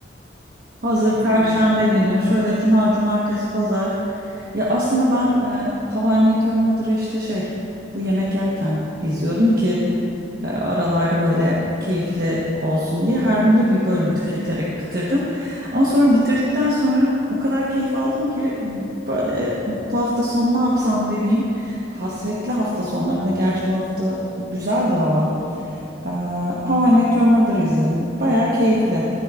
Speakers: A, on the right; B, on the right.
A: Hazır
B: Hafta
A: Perşembe
B: sonu iyi gider diyor.
A: günü şöyle cuma, cumartesi, pazar. Ya aslında ben e, How I Met Your Mother'ı işte şey bu yemek yerken izliyordum ki e, Aralarda böyle keyifli olsun diye her gün de bir bölüm tüketerek bitirdim. Ama sonra bitirdikten sonra o kadar keyif aldım ki böyle bu hafta sonu ne yapsam dediğim kasvetli hafta sonlarında gerçi bu hafta güzel de hava. E, How I Met Your Mother'ı izledim. Bayağı keyifli.